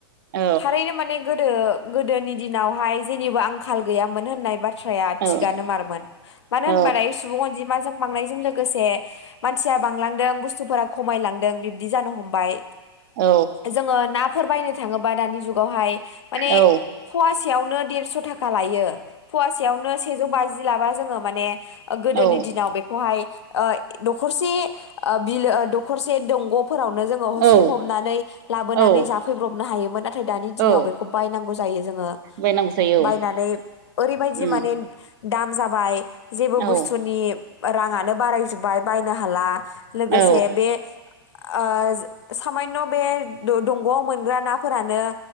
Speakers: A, on the right (about 50°); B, on the left (about 85°).
A: औ
B: थारैनो माने गोद गोदो गोदोनि दिनावहाय जेनिबो आंखाल गैयामोन होननाय बाथ थ्राया
A: औ
B: थिगानो मारमोन मानो
A: औ
B: होनबा दायो सुबुं अनजिमाजों बांनायजों लोगोसे मानसिया बांलांदों बुस्थुफोरा खमायलांदों, बिब्दि जानो हमबाय,
A: औ
B: जोङो ना नाफोर बायनो थाङोबा दानि जुगावहाय माने
A: औ
B: फुवा सेयावनो देरस' थाखा लायो फुवासेआवनो सेजौ बाजि बिदि लाबा जोङो माने ओ गोदोनि
A: औ
B: दिनाव बेखौहाय ओ दखरसे ओ बिलो ओ दखरसे दंग फोरावनो जोङो
A: औ
B: सेब हमनानै लाबोनानै
A: औ
B: जाफैब्रब हमनो हायोमोन नाथाय दानि दिनाव
A: औ
B: बेखौ बायनांगौ जायो जोङो
A: बायनांगौ जायो औ
B: बायनानै ओरैबायदि
A: उम
B: माने दाम जाबाय जेबो
A: औ
B: बुस्थुनि राङानो बारायजोब्बाय बायनो हाला लोगोसे
A: औ
B: बे ओ सामानबे दंग मोनग्रा नाफोरानो